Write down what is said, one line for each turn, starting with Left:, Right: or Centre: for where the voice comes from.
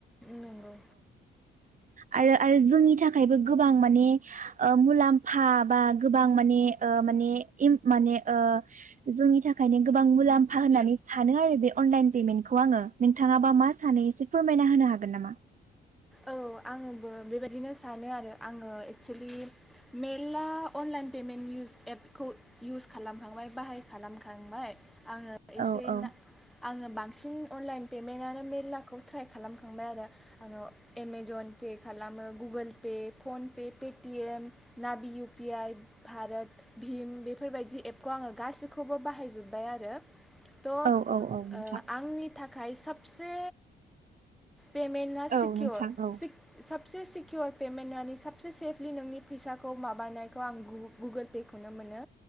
Centre: नंगौ
Right: आरो-आरो जोंनि थाखायबो गोबां माने ओ मुलाम्फा बा गोबां माने-माने माने जोंनि थाखायनो गोबां मुलाम्फा होननानै सानो आरो बे अनलाइन पेमेन्टखौ आङो नोंथां। नोंथांङाबा मा सानै एसे फोरमायना होनो हागोन नामा?
Centre: औ आङोबो बेबायदिनो सानो आरो आङो एक्सलि मेलला अनलाइन पेमेन्ट इउस एपखौ इउस खालामखांबाय बाहाय खालामखांबाय। आङो एसे
Right: औ औ
Centre: आङो बांसिन। अनलाइन पेमेन्टआनो मेरलाखौ ट्राइ खालामखांबाय आरो आङो। एमेजन पे खालामो गुगोल पे फनपे पेटिएम नाभि इउ पि आइ भारत भिम बेफोरबायदि एपखौ आङो गाैखौबो बाहायजोबबाय आरो। थ ओ
Right: औ औ औ नोंथां
Centre: आंनि थाखाय। दायो सबसे पेमेन्टआ
Right: औ
Centre: सिकियर
Right: नोंथां औ
Centre: से सिकिर पेमेन्टआनो साबसे सेफलि नोंनि फैसाखौ माबानायखौ आं गुगोल पे खौनो मोनो।